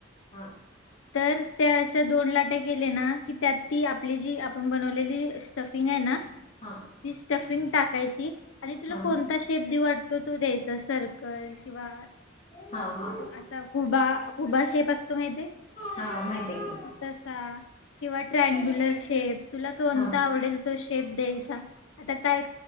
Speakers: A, on the left (about 35°); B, on the left (about 85°).
A: हा
B: तर त्या अस दोन लाटे केले ना की त्यात ती आपली जी आपण बनवलेली स्टफिंग आहे ना
A: हा
B: ती स्टफिंग टाकायची आणि तुला
A: हा
B: कोणता शेप दि वाटतो तू द्यायचास सर ल किंवा
A: हा हा
B: असा खुबा खुबा शेप असतो माहि तेे
A: हा माहित आहे
B: तसा किंवा ट्रयगुलर
A: की
B: शेप तुला कोणता
A: हा.
B: आवडेल तो शेप द्यायचा आता काय